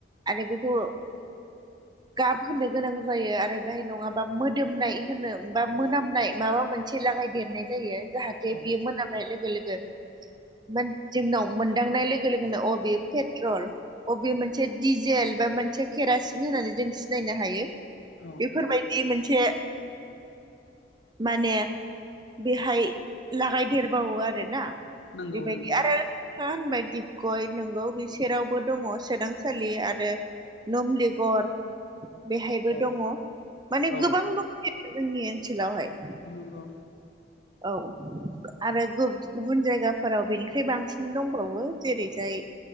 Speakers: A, on the right; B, on the left.
A: आरो बेखौ गाब होनो गोनां जायो आरो बेहाय नङाबा मोदोमनाय होनो बा मोनामनाय माबा मोनसे मोनसे लागाय देरनाय जायो जाहाथे
B: औ
A: बियो मोनामनाय लोगो लोगो मोन जोंनाव मोनदांनाय लोगो लोगोनो अ बेेयो पेट्रल अबे मोनसे डिजेल बा मोनसे केरासिन होननानै जों सिनायनो हायो।
B: औ
A: बेफोरबायदि मोनसे माने बेहाय लागायदेरबावो आरोना।
B: नंगौ
A: बेबायदि
B: नंगौ
A: आरो था होनबाय दिपगय नोंगौ बिसोरावबो दङ सोदांसालि आरो नुमलिगर बेहायबो
B: औ
A: दङ माने
B: औ
A: गोबां दंसोयो आरो जोंनि ओनसोलावहाय।
B: नंगौ।
A: औ। आरो गुबुन जायगाफोराव बेनिफ्राय बांसिन दंबावो जेरैजाय